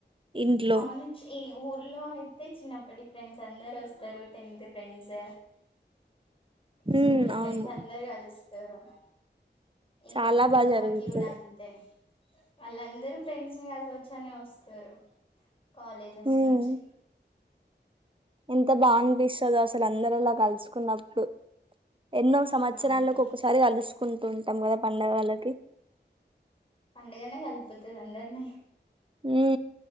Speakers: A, on the right; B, on the left.
A: ఇంట్లో
B: అవును చి ఈ ఊర్లో అయితే చిన్నప్ప ఫ్రెండ్స్ అందరు వస్తారు టెన్త్ ఫ్రెండ్స్ స్కూల్
A: ఉమ్ అవును
B: ఫ్రెండ్స్ అందరు కలుస్త ఎవరు ఇంకా
A: చాలా
B: బతుకమ్మకి
A: బాగా జరుగుతది
B: కూడా అంతే వాళ్ళందరూ ఫ్రెండ్స్ ని కలిసి వచ్చానే వస్తారు కాలేజెస్
A: ఉమ్
B: నుంచి
A: ఎంత బా అనిపిస్తదో అసలు అందరిలా కలుసు కున్నప్పుడు ఎన్నో సంవత్సరాలకు
B: అవును
A: ఒకసారి కలుసుకుంటు ఉంటాం కదా పండగ వళ్ల అకే
B: పండగనే కల్పుతు రండన్న
A: ఊ